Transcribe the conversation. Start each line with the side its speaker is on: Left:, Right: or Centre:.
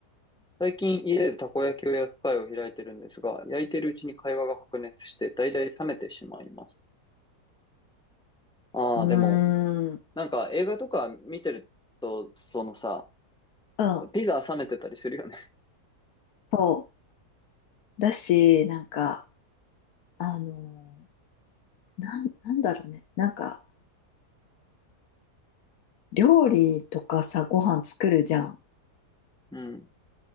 Centre: 最近家でたこ焼きを焼く会を開いてるんですが、焼いてるうちに会話が白熱して、だいたい冷めてしまいます。ああ、
Left: う。うーん。
Centre: でも、
Left: う
Centre: なんか映画とか見てると、そのさ、
Left: ん。
Centre: ピザ冷めてたりするよね。
Left: そう。だし、なんか、あのーなん、なんだろうね。なんか、料理とかさ、ご飯作るじゃん。
Centre: <laughs> う